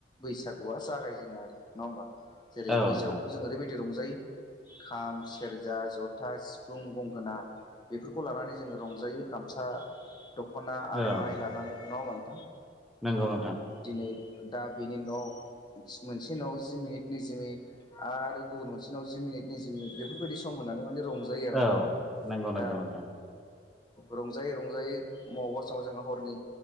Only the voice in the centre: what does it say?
औ
नोंथां
औ
नंगौ नोंथां
औ
नंगौ नंगौ नोंथां